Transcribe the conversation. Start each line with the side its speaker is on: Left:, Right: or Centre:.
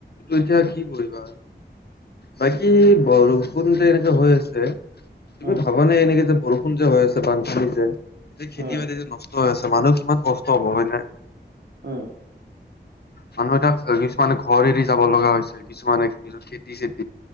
Left: এতিয়া কি কৰিবা, বাকী বৰষুণতে এনেকা হৈ আছে। তুমি
Right: উম
Left: ভাবা নে এনেকে যে বৰষুণ যে হৈ আছে বানপী যে যে খেতি
Right: উম
Left: বাতি যে নষ্ট হয় আছে মানুহ কিমান কষ্ট হব হয় ন?
Right: উম
Left: মানুহ এটা কিছুমানে ঘৰ এৰি যাব লগা হৈছে কিছুমানে নিজৰ খেতি চেতি